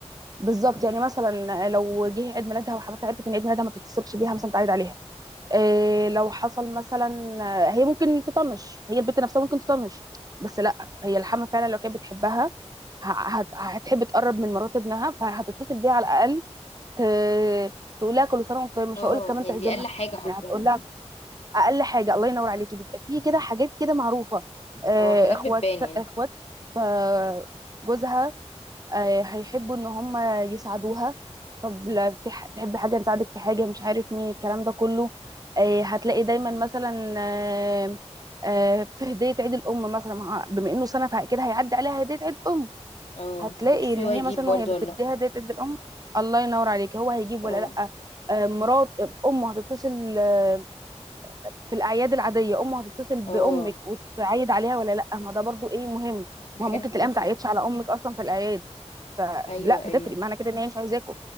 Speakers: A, on the right (about 35°); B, on the left (about 65°).
A: بالظبط يعني مثلا آه، لو جه عيد ميلادها وحماتها عرفت ان عيد ميلادها ما تتصلش بيها مثلا تعيد عليها آه لو حصل مثلا آه، هي ممكن تطنش هي البنت نفسها ممكن تطنش بس لا هي الحما فعلا لو كانت بتحبها ه- هت- هتحب تقرب من مرات ابنها فهتتصل بيها على الاقل ت- تقول لها كل سنه وانت طيب مش
B: اه
A: هقول لك كمان
B: يعني
A: تعزمها
B: دي اقل حاجه
A: يعني
B: حرفيا
A: هتقول
B: يعني
A: لها اقل حاجه الله ينور عليكي بيبقى في كده حاجات كده معروفه آه،
B: اه حاجات
A: اخوات
B: بتبان يعني
A: اخوات آه، جوزها آه، هيحبوا ان هم يساعدوها طب لا في ح- تحب حاجه نساعدك في حاجه مش عارف مين الكلام ده كله آه، هتلاقي دايما مثلا آه، آه، في هديه عيد الام مثلا مع- بما انه سنه فاكيد هيعدي عليها هديه عيد ام
B: اه
A: هتلاقي
B: هتشوفي
A: ان
B: هو
A: هي
B: يجيب
A: مثلا
B: برضو
A: وهي بتديها
B: ولا لا
A: ديت ادي الام الله ينور عليك هو هيجيب
B: اه
A: ولا لا آه، مرات امه هتتصل آه، في الاعياد العاديه امه هتتصل بامك
B: اه
A: وتعيد عليها ولا لا ما ده برضو ايه مهم
B: الحاجات
A: ما هو ممكن
B: دي بتفرق
A: تلاقيها ما تعيدش على امك اصلا في الاعياد فلا
B: ايوه ايوه
A: بتفرق معنى كده ان هي مش عايزاكم